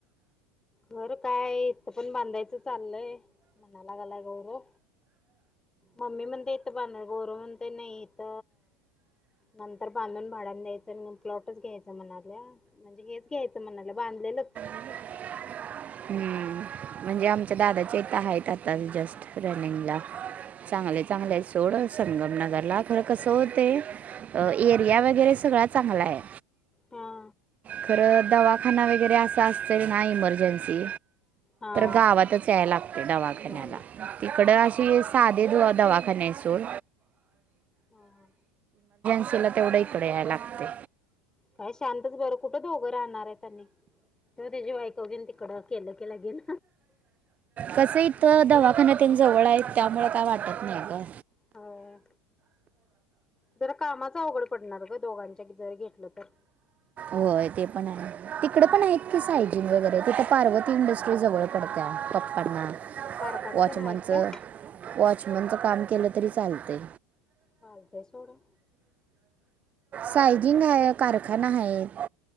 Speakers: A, on the left (about 15°); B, on the right (about 35°).
A: खर काय इथथं पण बांधायचं चाललंय म्हणाला गलाय गौरव मम्मी म्हणते इथं बांधणार गोरव म्हणत नाही इथ नंतर बांधून भाड्याना द्यायचं आणि प्लॉटच घ्यायचं म्हणाल्या म्हणजे हेच घ्यायचं म्हणाल्या बांधलेलंच
B: ह हम्म म्हणजे आमच्या दादा ता आहेत आता जस्ट रनिंगला चांगले चांगले सोड संगम नगर ला खरं कसं होते एरिया वगैरे सगळा चांगला आहे
A: हा
B: खरं दवाखाना वगैरे अस असत ना इमर्जन्सी
A: हा
B: गावातच या लागते दवाखान्याला
A: यायला लागतं
B: तिकड
A: हा हा
B: अ साध द दूवाता वाखा नाहीसर
A: हा हा
B: ला तेवढ्याहीकडे याय लागते
A: काय शांतच बरं कुठं दोघं राहणार आहे त्यांनी तेव त्याची बायकव घेन तिकडं केलं केलं गेन
B: कसं इथ दवाखाना न ते जवळ आहे. त्यामुळे काय वाटत नाही ग.
A: होय जरा कामाच अवघड पडणार ग दोघांच्या क जरी घेतलं तर.
B: होय ते पण आहे. तिकडे पण आहेत की सायजिन वगैरे तिथं पार्वती इंडस्ट्री जवळ पडत्या. <unintelligible>
A: हा कारखाना
B: वॉचमनच
A: ते नाहीत
B: <unintelligible>
A: काय
B: बीचमनच काम केलं तरी चालतय.
A: चालतंय सोड.
B: सायजिंग हाये. कारखाना आहेत.